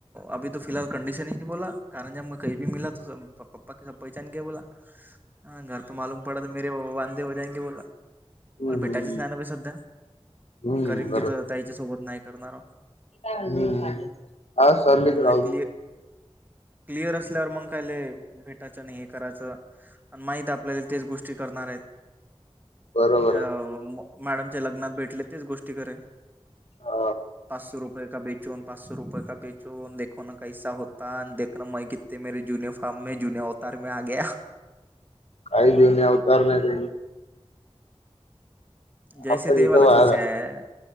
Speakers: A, on the right (about 15°); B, on the left (about 70°).
A: अभी फिलहल कंडिशनही नाही बोला कारण ज म काहीी म मिला त. पप्पा कस पैचणी घ्या बोला. हा घर त मालूम पडा तर मे वांदे हो जायगे बोला <inaudible>
B: हम्म
A: मला भेटाचेच
B: हम्म
A: ज्ञान सध्या
B: हम्म
A: करीम बी तरच्या सोबत नाही करणार.
B: हम्म हा सर्लीच
A: म्हणजे
B: राह.
A: क्लिअर क्लिअर असल्यावर मग काय भेट. त्याच आणि हे करायचं आणि माहित आपल्याला तेच गोष्टी करणार आहेत.
B: बरोबर
A: त्या
B: आहे.
A: मॅडमच्या लग्नात भेटले तेच गोष्टी खरे.
B: अ
A: पाच सो रुपये का बेचून. पाच सो रुपये का बेचो देखो ना कैसा होता देख ना म कि मे युनिफॉमे जुनत. तरार म आ ग.
B: काही घेऊन अवतार नाही त्यां.
A: जय
B: आपण
A: श्री देवालाच
B: इथं बाहेर
A: विषय आहे.